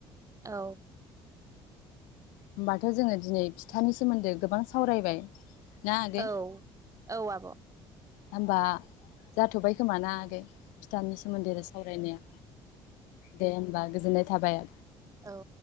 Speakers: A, on the right; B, on the left.
A: औ
B: होमबाथ' जोङो दिनै फिथानि सोमोन्दै गोबां सावरायबाय। ना आगै
A: औ औ आब'
B: होमबा जाथ'बाय खोमाना आगै। फिथानि सोमोन्दै सावरायनाया दे होमबा गोजोननाय थाबाय।
A: औ